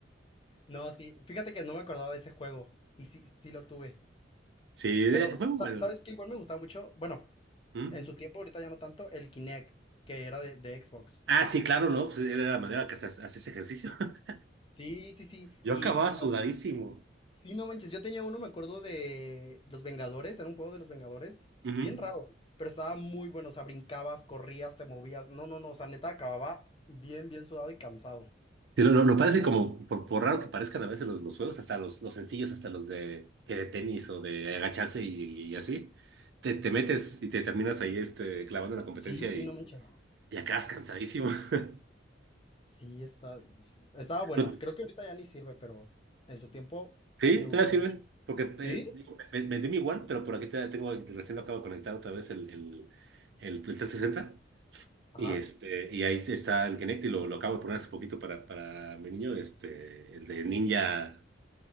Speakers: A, on the left (about 30°); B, on the right (about 65°).
A: No, sí. Fíjate que no me acordaba de ese juego. Y sí, sí lo tuve.
B: <laughs> Sí, de-
A: Pero, sa-
B: fue bueno.
A: sa- ¿sabes qué? Igual me gustaba mucho, bueno,
B: ¿Mm?
A: en su tiempo, ahorita ya no tanto, el Kinect, que era de, de Xbox.
B: Ah, sí, claro, ¿no? Pues era la manera que se hace- hacías ejercicio. <laughs>
A: Sí, sí, sí.
B: Yo
A: Y
B: acababa
A: ah,
B: sudadísimo.
A: sí, no manches, yo tenía uno, me acuerdo de Los Vengadores, era un juego de Los Vengadores,
B: Ujú.
A: bien raro, pero estaba muy bueno, o sea, brincabas, corrías, te movías. No, no, no, o sea, neta acababa bien, bien sudado y cansado.
B: Sí, lo, lo- lo parece como, por, por raro que parezcan a veces los, los juegos, hasta los, los sencillos, hasta los de, que de tenis o de agacharse y, y así, te, te metes y te terminas ahí este, clavando en la competencia
A: Sí, sí,
B: y,
A: no manches.
B: y acabas cansadísimo. <laughs>
A: Sí, está, es- estaba bueno.
B: No-
A: Creo que ahorita ya ni sirve, pero en su tiempo
B: sí,
A: me gustó
B: todavía sirve,
A: mucho.
B: porque
A: ¿Sí?
B: eh, digo, me- me- vendí mi One, pero por aquí te- tengo, recién lo acabo de conectar otra vez el, el, el, el trescientos sesenta
A: Ajá.
B: Y, este, y ahí está el Kinect y lo, lo acabo de poner hace poquito para, para mi niño, este, el de Ninja,